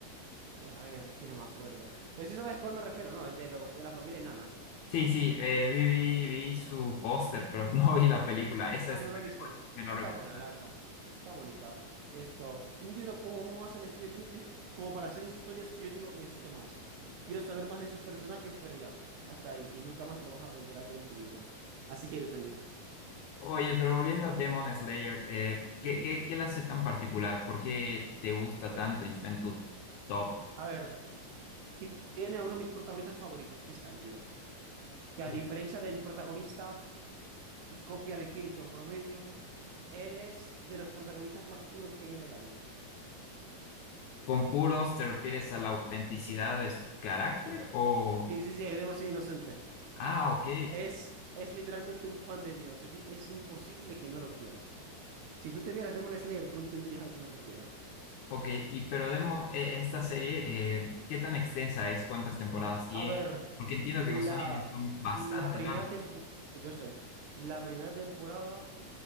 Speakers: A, on the right; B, on the left.
A: Eh, a ver, que no me acuerdo. Pero sí sabes cuál me refiero, ¿no? El de, lo, de la familia enana.
B: Sí, sí, eh, vi, vi, vi su póster, pero <laughs> no vi la película. Esa
A: Ah,
B: es,
A: ¿no la viste?
B: ¿me la
A: Está
B: recomiendas?
A: buena, la verdad. Está bonita. Esto, no entiendo cómo hace el estudio Ghibli, como para hacer historias que yo digo, necesito más. Quiero saber más de esos personajes, pero ya, hasta ahí. Y nunca más lo vas a volver a ver en tu vida. Así que duele.
B: Oye, pero volviendo a Demon Slayer, eh, ¿qué,
A: ¿Mm?
B: qué, qué la hace tan particular? ¿Por qué te gusta tanto y está en tu top?
A: A ver, ti- tiene a uno de mis protagonistas favoritos, que es Tanjiro. que a
B: De-
A: diferencia del protagonista, ti- copia de Kirito promedio, él es de los protagonistas más puros que hay en el anime.
B: ¿Con puros te refieres a la autenticidad de su carácter o...?
A: Sí, sí, sí, es demasiado inocente.
B: Ah, ok,
A: Es, es literalmente un pan de Dios. Es, in- es imposible que no lo quieras. Si tú te vieras Demon Slayer, tú entenderías a qué me refiero.
B: ok. Y pero Demon, eh, esta serie, eh, ¿qué tan extensa es? ¿Cuántas temporadas tiene?
A: A ver,
B: Porque entiendo
A: la,
B: que los animes son bastante
A: la primera
B: largos.
A: temporada, yo sé, la primera temporada,